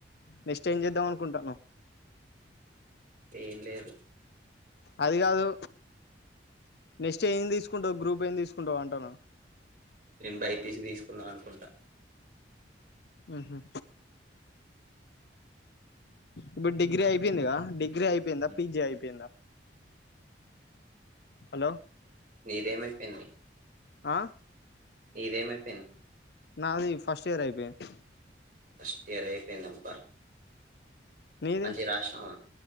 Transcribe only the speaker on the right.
ఎం లేదు
నేను బైపీసి తీసుకుందాం అనుకుంట
ఉమ్,
నీదేమైపోయింది
ఎదేమైపోయింది
ఫస్ట్ ఇయర్ అయిపోయింది అబ్బ
మంచిగ రాష్ణవ